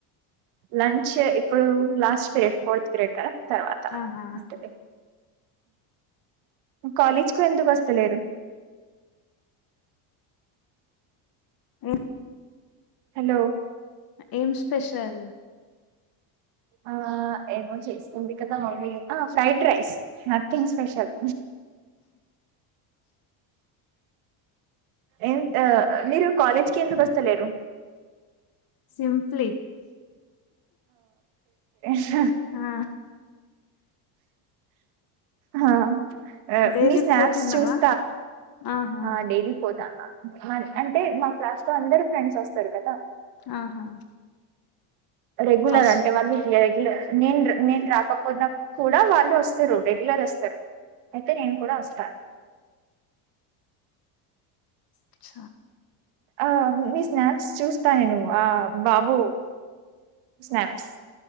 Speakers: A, on the right; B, on the left.
A: లంచ్ ఎ ఇప్పుడు లాస్ట్ పిరడ్ ఫోర్త్ పిరియడ్ తర్వాత
B: ఆహా
A: అంటే కాలేజ్ కు ఎందుకు వస్తలేరు
B: ఉమ్
A: హలో
B: ఏం స్పెషల్
A: ఆ ఏమో చేస్ ఆ ఫ్రైడ్ రైస్ నధింగ్ స్పెషల్ ఎంత మీరు కాలేజ్కి ఎందుకు వస్తలేరు
B: సింప్లీ
A: స్
B: ఆ
A: హ అ
B: డైలీ
A: మీ స్నాక్స్
B: పోతున్నావా
A: చూస్
B: ఆహా
A: ఆ డైలీ పోతాన్న అంటే మా క్లాస్ అయితే అందరు ఫ్రెండ్స్ వస్తారు కదా
B: ఆహా
A: రెగ్యులర్
B: ఫస్ట్
A: అంటే వాళ్ళు ఏ నేన్ర్ నేన్ రాకపోయినా కూడా వాళ్ళు వస్తారు రెగ్యులర్ వస్తారు అయితే నేను కూడా వస్తారు
B: అచ్చ
A: ఆ మీ స్నాప్స్ చూస్తా నేను్ ఆ బాబో స్నాప్స్